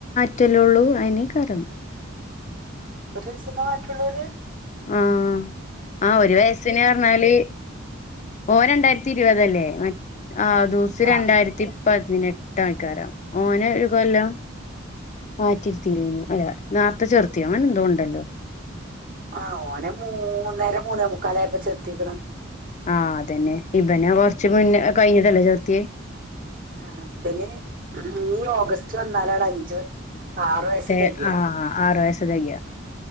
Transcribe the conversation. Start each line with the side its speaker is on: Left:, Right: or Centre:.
Left: റ്റല്ലൊള്ളൂ അയന്നേക്കാരം.
Right: ഒരീസന് മാ ക്ലൂര്
Left: ആഹ ആ ഒരു വയസിന് അർഞ്ഞാല് ഓരണ്ടായിരത്തി ഇരുപതല്ലേ ആ ദൂസ്
Right: ആ
Left: രണ്ടായിരത്തി പതിനെട്ടയ്ക്കാരം ഓന് ഒരു കൊല്ലം മാറ്റിര്ത്തിലേന്യോ അല്ല നേർത്തെ ചെർത്യോ അങ്ങനെ എന്തോൊണ്ടല്ലോ
Right: ആഹ ഓനെ മൂന്നര മൂന്നേ മുക്കാലയപ്പോ ചേർത്തിക്ക്ണ്
Left: ആ അതന്നെ ഇബനെ കൊർച്ച് മുന്നേ അത്‌ കഴിഞ്ഞിട്ടല്ലേ ചെർത്യേ
Right: ആ പിന്നെ ഈ ഓഗസ്റ്റ് വന്നാലാണ് അഞ്ച് ആറ് വയസ്സ്
Left: എ
Right: തികയ
Left: ആഹ് ആറു വയസ് തെകയാ